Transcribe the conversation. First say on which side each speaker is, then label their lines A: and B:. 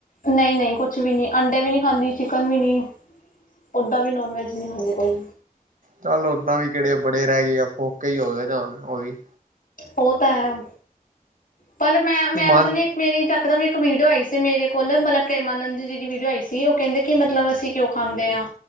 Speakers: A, on the left; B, on the right.
A: ਨਈ-ਨਈ ਕੁਛ ਵੀ ਨੀ ਅੰਡੇ ਵੀ ਨੀ ਖਾਂਦੀ ਚਿਕਨ ਵੀ ਨੀ। ਓਦਾ ਵੀ ਨੋਨ ਵੈਜ ਨੀ ਖਾਂਦੀ ਕੋਈ।
B: ਚੱਲ ਓਦਾਂ ਵੀ ਕੇੜੇ ਬੜੇ ਰੈ ਗਏ ਆ ਫੋਕੇ ਈ ਹੋਗੇ ਹੁਣ ਓ ਵੀ।
A: ਓ‌ ਤਾਂ ਹੈ। ਪਲ ਮੈਂ-ਮੈਂ
B: ਮਨ
A: ਪਤਾ ਨੀ ਮੇਰੀ ਯੱਕ ਦਮ ਇੱਕ ਵੀਡੀਓ ਆਈ ਸੀ ਮੇਰੇ ਕੋਲ ਪਲ ਪ੍ਰੇਮਾਨੰਦ ਜੀ ਦੀ ਵੀਡੀਓ ਆਈ ਸੀ ਓ ਕੈੰਦੇ ਕਿ ਮਤਲਬ ਅਸੀਂ ਕਿਉਂ ਖਾਂਦੇ ਆ